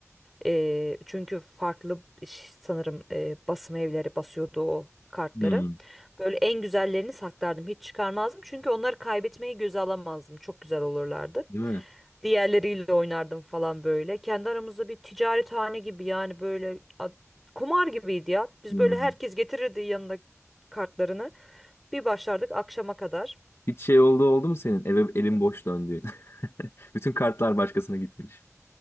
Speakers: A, in the centre; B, on the left.
A: Eee, çünkü farklı ş- sanırım eee, basım evleri basıyordu o kartları.
B: Hmm,
A: Böyle en güzellerini saklardım. Hiç çıkarmazdım. Çünkü onları kaybetmeyi göze alamazdım. Çok güzel olurlardı.
B: değil mi?
A: Diğerleriyle oynardım falan böyle. Kendi aramızda bir ticarethane gibi yani böyle a- kumar gibiydi ya. Biz
B: Hmm.
A: böyle herkes getirirdi yanında kartlarını. Bir başlardık akşama kadar.
B: Hiç şey oldu oldu mu senin? Eve elin boş döndüğün. <laughs> Bütün kartlar başkasına gitmiş.